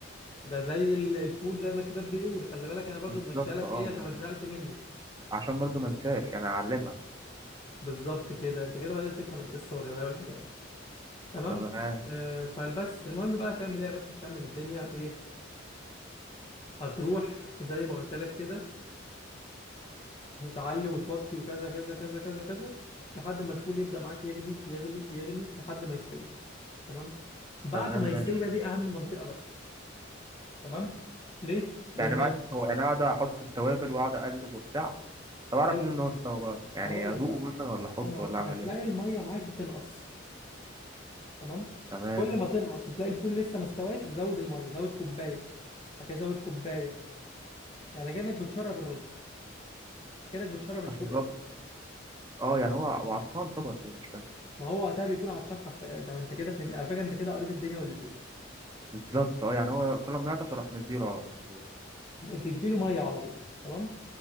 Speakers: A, on the left; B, on the right.
A: ده زي ال- الفول زي ما الكتاب بيقول خلي بالك انا برضو
B: بالظبط
A: ممشيها لك
B: اه
A: ايه عشان ما تزهقش
B: يعني
A: مني
B: عشان برضو ما انساش يعني اعلمها
A: بالظبط كده انت كده بدأت تفهم القصه والروايه والحكايه تمام
B: تمام
A: آه فالبس المهم بقى تعمل ايه يا باشا تكمل الدنيا ايه هتروح زي ما قلت لك كده تعلي وتوطي وكذا كذا كذا كذا كذا لحد ما الفول يبدأ معاك يغلي يغلي يغلي لحد ما يستوي تمام بعد
B: تمام
A: ما
B: ماشي
A: يستوي بقى دي اهم منطقه بقى تمام ليه لان
B: يعني مع...
A: ال...
B: هو يعني اقعد احط التوابل واقعد اقلب وبتاع طب اعرف
A: أيوة،
B: منين ان هو استوى بقى يعني
A: هقول
B: ادوقه
A: لك بقى
B: مثلا ولا احطه
A: انا هقول
B: ولا
A: لك
B: اعمل
A: هتلاقي
B: ايه
A: الميه معاك بتنقص تمام
B: تمام
A: كل ما تنقص وتلاقي الفول لسه ما استواش زود الميه زود كوبايه هكذا زود كوبايه يعني كانك بتشرب الرز كانك بتشرب الفول
B: اشرب
A: اسف
B: اه يعني هو وعطشان طبعا ليه مش فاهم
A: ما هو وقتها بيكون عطشان حرفيا ده انت كده فهمت على فكره انت كده قريت الدنيا واللي فيها
B: بالظبط اه يعني هو كل ما يعطش اروح مديله على طول
A: تديله ميه على طول تمام